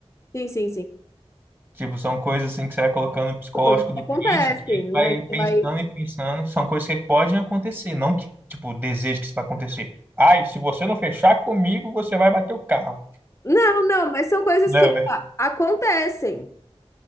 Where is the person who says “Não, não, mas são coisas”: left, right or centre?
Left